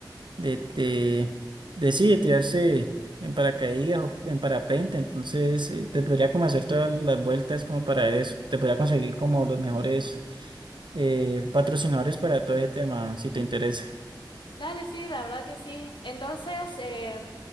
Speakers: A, on the right (about 75°); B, on the left (about 85°).
A: de, de sí, de tirarse en paracaídas o en parapente, entonces eh, te podría como hacer todas las vueltas como para eso, te podría conseguir como los mejores eh, patrocinadores para todo ese tema, si te interesa.
B: Dale, sí, la verdad que sí. Entonces, eh,